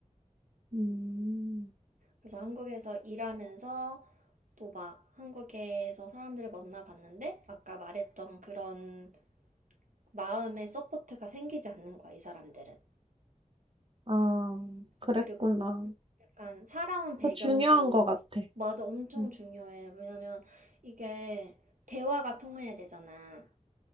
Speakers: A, on the right (about 45°); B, on the right (about 80°).
A: 음,
B: 그래서 한국에서 일하면서 또 막 한국에서 사람들을 만나봤는데 아까 말했던 그런 마음의 서포트가 생기지 않는 거야, 이 사람들은.
A: 아, 그랬구나.
B: 그리고 약간 살아온 배경도
A: 그 중요한 것 같아.
B: 맞아, 엄청
A: 음.
B: 중요해. 왜냐면 이게 대화가 통해야 되잖아.